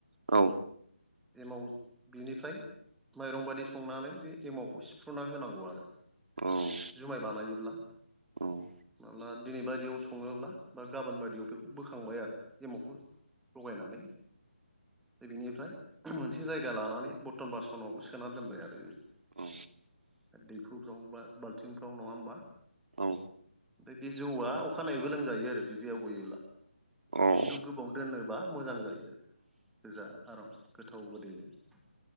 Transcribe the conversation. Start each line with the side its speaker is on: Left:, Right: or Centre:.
Right: औ
Centre: एमाव बिनिफ्राय माइरं बादि संनानै बे एमावखौ सिफ्रुना होनांगौ आरो।
Right: औ
Centre: जुमाय बानायोब्ला
Right: औ
Centre: माब्ला दिनै बायदियाव सङोब्ला बा गाबोन बायदियाव बेखौ बोखांबाय आरो एमावखौ लगायनानै बेनिफ्राय मोनसे जायगा लानानै बर्थन बासनावबो सोना दोनबाय आरो बेबायदि
Right: औ
Centre: दैहुफ्राव बा बाल्थिंफ्राव नङा होमबा?
Right: औ
Centre: ओमफ्राय बे जौआ अखानायैबो लोंजायो आरो बिदै आव गयोब्ला खिनथु
Right: औ
Centre: गोबाव दोनोबा मोजां जायो आरो गोजा आराम गोथाव गोदैनो